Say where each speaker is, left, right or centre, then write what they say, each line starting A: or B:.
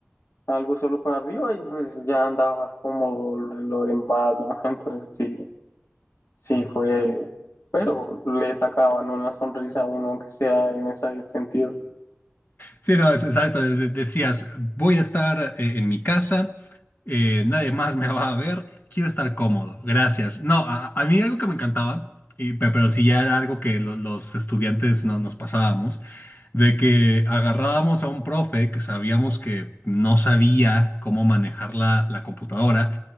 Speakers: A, on the left; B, on the left.
A: algo solo para arriba y pues ya andabas cómodo lo demás, ¿no? <laughs> Entonces sí, sí fue, pero le sacaban una sonrisa a uno, aunque sea en ese sentido.
B: Sí, no, es exacto. de- Decías, voy a estar eh, en mi casa, eh, nadie más me va a ver, quiero estar cómodo, gracias. No, a, a mí algo que me encantaba, y, pe- pero sí ya era algo que lo- los estudiantes no- nos pasábamos, de que agarrábamos a un profe que sabíamos que no sabía cómo manejar la, la computadora.